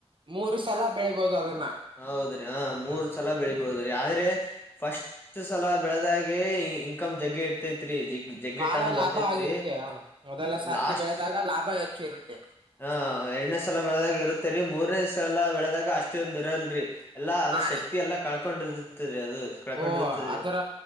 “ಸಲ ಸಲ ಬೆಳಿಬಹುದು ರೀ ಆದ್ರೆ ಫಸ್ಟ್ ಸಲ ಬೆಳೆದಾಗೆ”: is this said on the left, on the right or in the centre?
Left